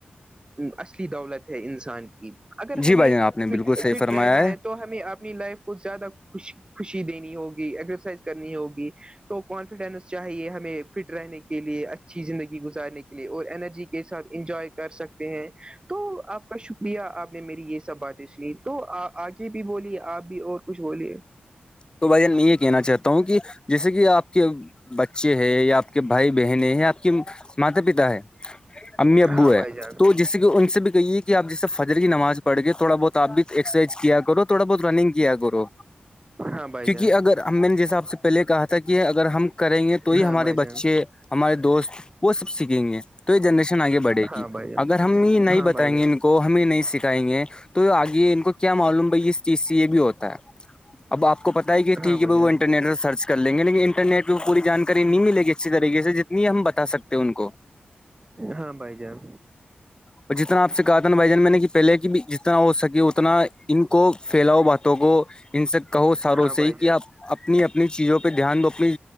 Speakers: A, on the right; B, on the left.
A: اصلی دولت ہے انسان کی اگر ہمیں
B: جی بھائی جان آپ نے
A: فٹ
B: بالکل صحیح
A: فٹ
B: فرمایا
A: رہنا ہے تو ہمیں اپنی لائف کو زیادہ خوش خوشی دینی ہوگی ایکسرسائز کرنی ہوگی تو کانفیڈینس چاہیے ہمیں فٹ رہنے کے لیے اچھی زندگی گزارنے کے لیے اور انرجی کے ساتھ انجوائے کر سکتے ہیں تو آپ کا شکریہ آپ نے میری یہ سب باتیں سنی تو آگے بھی بولیے آپ بھی اور کچھ بولیے
B: تو بھائیان میں یہ کہنا چاہتا ہوں کہ جیسے کہ آپ کے بچے ہے یا آپ کے بھائی بہن ہے یا آپ کی ماتا پتا ہے امی ابو
A: ہاں
B: ہے
A: بھائی جان
B: تو جسے کہ ان سے بھی کہیے کہ آپ جسے فجر کی نماز پڑھ کےے تھوڑا بہت آپ بھی ایکسرسائز کیا کرو تھوا بہت رنگ کیا گو
A: ہاں بھائی
B: کیونکہ
A: جان
B: اگر میں نے جساب سے پہلے کہا تھا کہ اگر ہم کریں گے تو ہی
A: ہاں
B: ہمارے
A: بھائی
B: بچے
A: جان
B: ہمارے دوست وہ سب سیکھیں گے تو یہ جنریشن آگے بڑھے
A: ہاں
B: گی
A: بھائی جان
B: اگر ہم یہ نہیں
A: ہاں
B: بتائیں
A: بھائی جان
B: گے کو ہمیں نہیں سکھائیں گے تو آگے ان کو کیا معلوم بھائی اس چیز سے یہ بھی ہوتا ہے اب آپ پتا ہے کہ ٹھیک
A: ہاں بھائی
B: ہے بائی
A: جان
B: وہ انٹرنیٹ پر سرچ کر لیں گ لیکن انٹرٹ پہ وہ پوری جاناری نہیں ملے گی اچھی طریے سے جتنے نہیں ہم بتا سکتے ان کو
A: ہاں بائی جان
B: اور جتنا آپ سے کہا تھا نا بھائی جان میں نے کہ پہلے کی بھی ہو سکے اتنا ان کو پھیلاؤ باتوں کو ان وں
A: ہاں
B: سے
A: بھائی
B: ہی کیا
A: جان
B: آپ اپنی اپنی چیزوں پہ دھیان دو اپنی